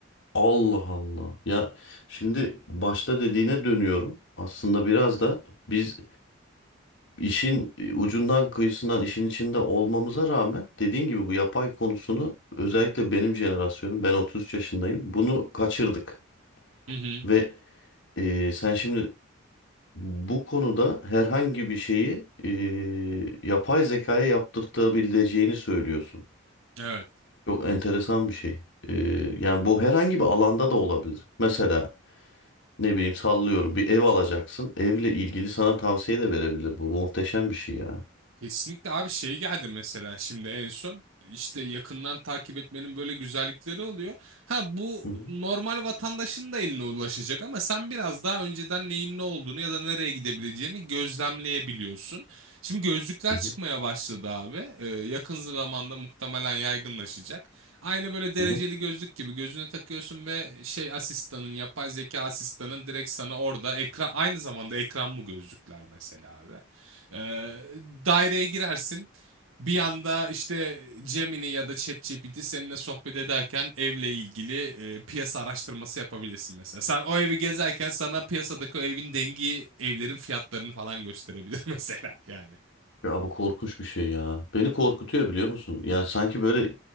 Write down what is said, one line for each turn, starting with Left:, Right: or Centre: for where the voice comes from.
Left: Allah Allah. Ya şimdi başta dediğine dönüyorum. Aslında biraz da biz işin e, ucundan kıyısından işin içinde olmamıza rağmen dediğin gibi bu yapay konusunu özellikle benim jenerasyonum ben 33 yaşındayım. Bunu kaçırdık
Right: Hı hı.
Left: ve e, sen şimdi bu konuda herhangi bir şeyi e, yapay zekaya yaptırtabileceğini söylüyorsun.
Right: Evet.
Left: Çok enteresan bir şey. Ee, yani bu herhangi bir alanda da olabilir. Mesela ne bileyim sallıyorum bir ev alacaksın. Evle ilgili sana tavsiye de verebilir bu. Bu muhteşem bir şey ya.
Right: Kesinlikle abi şey geldi mesela şimdi en son işte yakından takip etmenin böyle güzellikleri oluyor. Ha bu
Left: Hı hı,
Right: normal vatandaşın da eline ulaşacak ama sen biraz daha önceden neyin ne olduğunu ya da nereye gidebileceğini gözlemleyebiliyorsun. Şimdi gözlükler
Left: hı hı,
Right: çıkmaya başladı abi. Ee, yakın zamanda muhtemelen yaygınlaşacak. Aynı böyle dereceli
Left: hı hı.
Right: gözlük gibi gözüne takıyorsun ve şey asistanın yapay zeka asistanın direkt sana orada ekran aynı zamanda ekran bu gözlükler mesela abi. Ee, daireye girersin. Bir yanda işte Gemini ya da ChatGPT seninle sohbet ederken evle ilgili e, piyasa araştırması yapabilirsin mesela. Sen o evi gezerken sana piyasadaki o evin dengi evlerin fiyatlarını falan gösterebilir <laughs> mesela yani.
Left: Ya bu korkunç bir şey ya. Beni korkutuyor biliyor musun? Yani sanki böyle